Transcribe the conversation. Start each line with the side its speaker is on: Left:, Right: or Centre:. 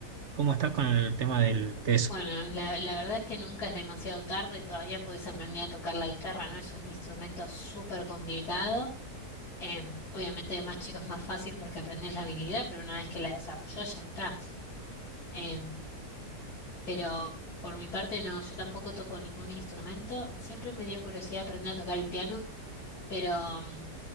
Right: cómo estás con el tema del, de eso.
Left: Bueno, la, la verdad es que nunca es demasiado tarde, todavía puedes aprender a tocar la guitarra, ¿no? Es un instrumento súper complicado. Em, obviamente de más chicos más fácil porque aprendes la habilidad, pero una vez que la desarrollas ya está. Em, pero por mi parte no, yo tampoco toco ningún instrumento. Siempre me dio curiosidad aprender a tocar el piano, pero mm,